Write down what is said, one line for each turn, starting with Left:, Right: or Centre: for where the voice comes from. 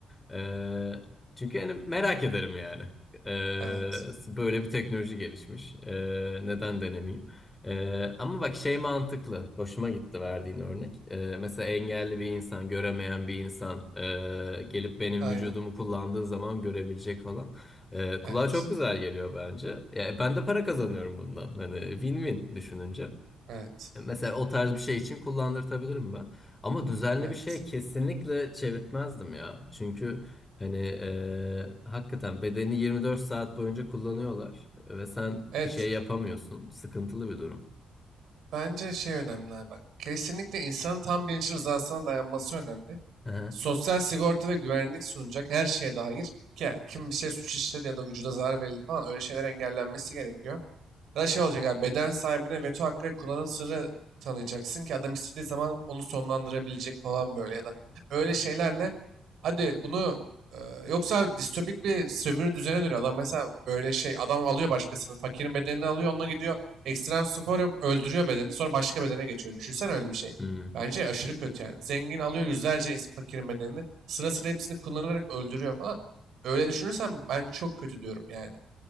Left: Eee, çünkü hani merak ederim yani. Eee,
Right: Evet.
Left: böyle bir teknoloji gelişmiş. Eee, neden denemeyeyim? Ee, ama bak şey mantıklı. Hoşuma gitti verdiğin örnek. Ee, mesela engelli bir insan, göremeyen bir insan ee, gelip benim
Right: Aynen.
Left: vücudumu kullandığı zaman görebilecek falan. Ee, kulağa
Right: Evet.
Left: çok güzel geliyor bence. Ya, e, ben de para kazanıyorum bundan. Hani win-win düşününce.
Right: Evet.
Left: E, Mesela o tarz bir şey için kullandırtabilirim ben. Ama düzenli
Right: Evet.
Left: bir şeye kesinlikle çevirtmezdim ya. Çünkü hani ee, hakikaten bedeni 24 saat boyunca kullanıyorlar ve sen
Right: Evet.
Left: bir şey yapamıyorsun. Sıkıntılı bir durum.
Right: Bence şey önemli abi bak. Kesinlikle insanın tam bilinçli rızasına dayanması önemli.
Left: Aha.
Right: Sosyal sigorta ve güvenlik sunacak her şeye dair ki kim bir şey suç işledi ya da vücuda zarar verildi falan öyle şeyler engellenmesi gerekiyor. Ya da şey olacak abi beden sahibine veto hakkı ve kullanım sırrı tanıyacaksın ki adam istediği zaman onu sonlandırabilecek falan böyle ya da öyle şeylerle hadi bunu e, yoksa abi distopik bir sömürü düzene dönüyor. Adam mesela böyle şey adam alıyor başkasının fakirin bedenini alıyor onunla gidiyor ekstrem spor yapıp öldürüyor bedeni sonra başka bedene geçiyor. Düşünsen öyle bir şey.
Left: Hmm.
Right: Bence aşırı kötü yani. Zengin alıyor yüzlerce ins- fakirin bedenini sıra sıra hepsini kullanarak öldürüyor falan. Öyle düşünürsem ben çok kötü diyorum yani.